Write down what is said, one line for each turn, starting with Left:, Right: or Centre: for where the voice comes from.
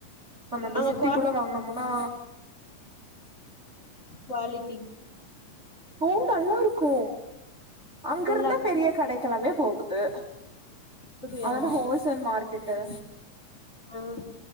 Right: நம்ம இந்த
Left: அங்க
Right: சிட்டிக்குள்ள
Left: குவா
Right: வாங்குனம்னா
Left: குவாலிட்டி
Right: ஓ நல்லா இருக்கு அங்கிருந்த
Left: நல்லா இருக்கு
Right: பெரிய கடைக்கிழமே போக து
Left: அப்படியா
Right: அதன ஹோல்சேல் மார் கெட்ட
Left: ஆஹ்